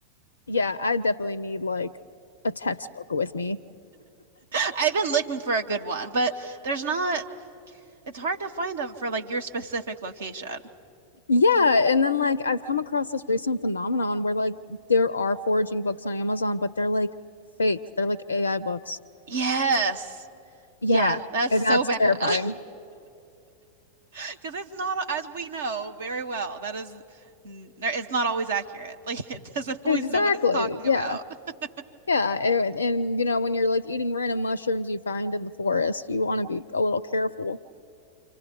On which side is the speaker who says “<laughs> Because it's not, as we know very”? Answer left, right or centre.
Right